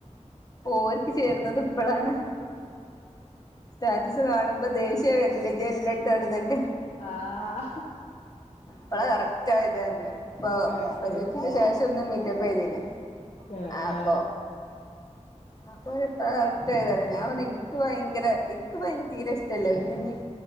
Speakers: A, on the left; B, on the left.
A: ഓരിക്ക് ചേർന്നത് ഇപ്പോഴാണ് സ്റ്റാറ്റസ് കാണുമ്പോ ദേഷ്യം വരില്ലേ ഇജ്ജ് എല്ലാം ഇട്ടു നടന്നിട്ട്
B: ആ ആ
A: അപ്പള കറക്റ്റ് ആയതായിന്നെ ഇപ്പൊ
B: കറക്റ്റ്
A: പ്രേച്ചന് ശേഷം ഒന്ന് മീറ്റപ്പ് ചെയ്തീന്
B: ആഹ്
A: അപ്പോ അപ്പൊ ഇത്ര കറക്റ്റ് ആയതാല ഞാൻ പറ എനിക്ക് ഭയര ഭയങ്കര ഇക്ക ഭയങ്കര തീരെ ഇഷ്ട്ടല്ല ഇനി ഇ